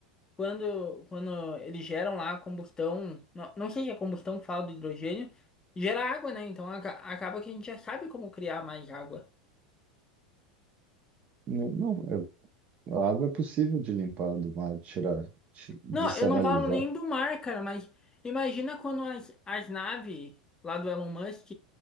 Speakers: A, on the left (about 20°); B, on the right (about 35°).
A: quando, quando eles geram lá a combustão, não, não sei se é combustão que fala do hidrogênio, gera água, né? Então aca- acaba que a gente já sabe como criar mais água.
B: Não, não, é- a água é possível de limpar do mar, de tirar, de de
A: Não,
B: sanalizar,
A: eu não falo nem do mar, cara, mas imagina quando as, as naves lá do Elon Musk